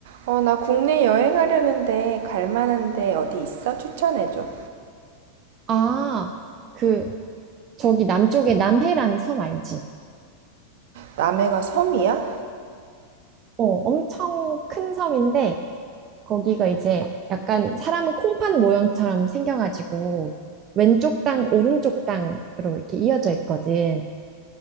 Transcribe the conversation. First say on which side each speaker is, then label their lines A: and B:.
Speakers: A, on the right (about 55°); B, on the right (about 30°).
A: 어, 나 국내 여행하려는데 갈 만한 데 어디 있어? 추천해줘.
B: 아, 그, 저기 남쪽에 남해라는 섬 알지?
A: 남해가 섬이야?
B: 어, 엄청 큰 섬인데, 거기가 이제 약간 사람은 콩팥 모양처럼 생겨가지고, 왼쪽 땅, 오른쪽 땅으로 이렇게 이어져 있거든.